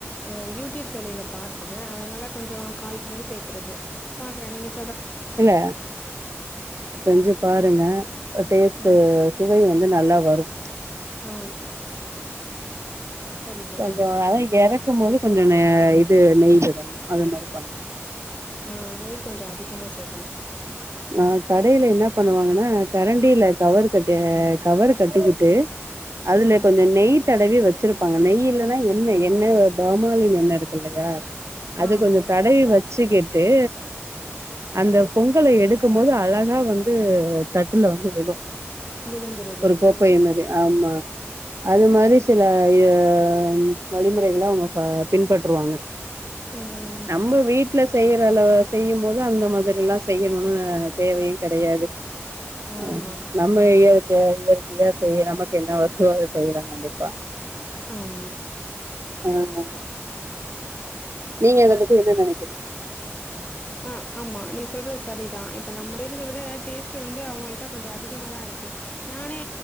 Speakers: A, on the left; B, on the right.
A: அஹா யூடியூப் சேனல்ல பாத்தே அதுனால கொஞ்சோ கால் பங்கு சேக்குறது ரன்னீங்கிஸ்
B: இல்ல செஞ்சு பாருங்க டேஸ்ட்டு
A: ஆ
B: சுவை வந்து நல்லா வரும்
A: ஆ சரி தோழி
B: கொஞ்சோ அத இறக்கும் போது கொஞ்சோ நெ ட்டு நெய் விடணு அது மாரி பண்ணு
A: ஆஹா நெய் கொஞ்ச அதிகமா சேக்கணும்
B: ஆஹா கடையில்ல என்ன பண்ணுவாங்குன்னா கரண்டியில கவர் கட்டி அஹா கவர் கட்டிக்கிட்டு அதுல
A: ஆ
B: கொஞ்ச நெய் தடவி வெச் வெச்சுருப்பாங்க நெய் இல்லன்னா எண்ணெய் என்ன பாமாயில் எண்ண இருக்கு இல்லையா அது
A: ஆமா
B: கொஞ்சோ தடவி வெச்சுகிட் ட்டே டே
A: ம்
B: அந்த பொங்கல எடுத் க்கும் போது அழகா வந்து தட்டுல வந்து விழு
A: விழுந்துருது
B: ஒரு கோப்பை
A: ஆ
B: மாரி ஆம்மா அது
A: ம்
B: மாரி சில அ ஆஹம் வழிமுறைகளா அவுங்க ஃபா பின்பற்றுருவாங்க
A: ம்
B: நம்ப வீட்லஸ் செய்யிற அளவ் செய்யும் போது அந்த மாதிரில்லா செய்யிணுன்னு அஹா தேவையு கெடையாது
A: ஆமா
B: ஆஹ நம்ம இயர் கேயாஇயற்கையா செய்ய நமக் என்ன வருஷோ செய்யில்லா கண்டிப்பா
A: ஆமா
B: அஹா நீங்க அத பத்தி என்ன நெனைக்கிறீங்க
A: ஆஹ ஆமா நீ சொல்றது சரிதா இப்ப நம்ம <unintelligible> விட டேஸ்ட் வந்து அவங்கள்ட கொஞ்சோ அதிகமாதா இருக்கு நானே